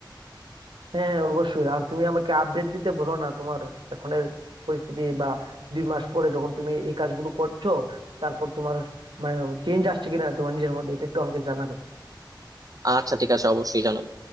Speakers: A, on the right (about 80°); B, on the right (about 50°).
A: হ্যাঁ অবশ্যই আর তুমি আমাকে আপডেট দিতে বলো না তোমার এখনের পরিস্থিতি বা দুই মাস পরে যখন তুমি এই কাজগুলো করছো তারপর তোমার মানে চেঞ্জ আসছে কিনা তোমার নিজের মধ্যে এটা একটু আমাকে জানাবে
B: আচ্ছা ঠিক আছে অবশ্যই জানাবো